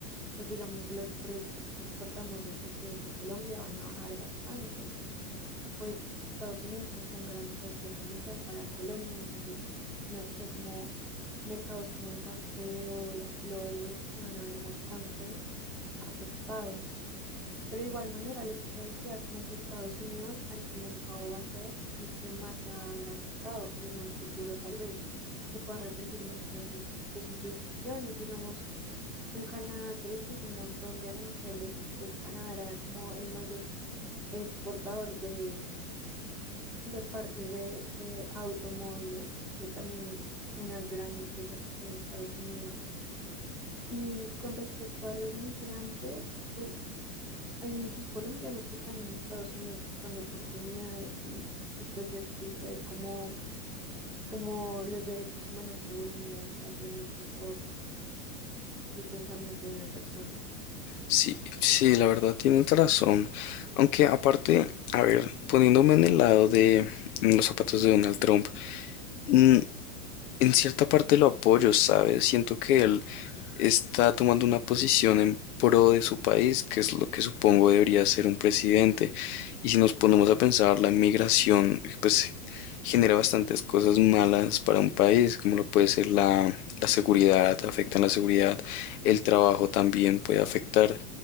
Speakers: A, in the centre; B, on the left.
A: pues digamos los productos que exportamos desde aquí, desde Colombia, van a bajar bastante. Y pues Estados Unidos es un gran socio comercial para Colombia, entonces no sé cómo mercados como el café o las flores se van a ver bastante afectados. Pero de igual manera, lo que te decía, como que Estados Unidos al fin y al cabo va a ser el que más se va a ver afectado y en un futuro tal vez se pueda arrepentir mucho de sus, de sus decisiones, digamos, con Canadá que le puso un montón de aranceles y pues Canadá era como el mayor exportador de, de partes de, de automóviles, que también es una gran empresa que tiene Estados Unidos. Y con respecto a los migrantes, pues hay muchos colombianos que están en Estados Unidos buscando oportunidades y, y pues es triste ver cómo, cómo los derechos humanos se vulneran simplemente por el pensamiento de una persona.
B: Sí, sí, la verdad tienes razón. Aunque aparte, a ver, poniéndome en el lado de mm, los zapatos de Donald Trump, mm, en cierta parte lo apoyo, ¿sabes? Siento que él está tomando una posición en pro de su país, que es lo que supongo debería ser un presidente. Y si nos ponemos a pensar, la inmigración, pues genera bastantes cosas malas para un país, como lo puede ser la, la seguridad, afecta en la seguridad, el trabajo también puede afectar.